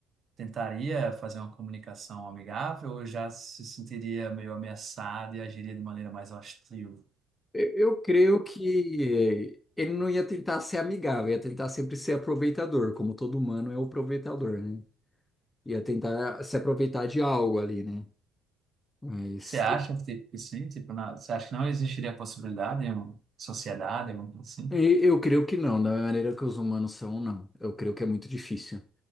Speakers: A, on the right (about 40°); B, on the left (about 15°).
A: tentaria fazer uma comunicação amigável ou já se sentiria meio ameaçado e agiria de maneira mais hostil?
B: Eu eu creio que ele não ia tentar ser amigável, ia tentar sempre ser aproveitador, como todo humano é o aproveitador, né? Ia tentar se aproveitar de algo ali, né? Mas
A: Você acha que tipo, que sim? Tipo, na- você acha que não existiria a possibilidade de uma sociedade, alguma coisa assim?
B: E- Eu creio que não, da maneira que os humanos são, não. Eu creio que é muito difícil,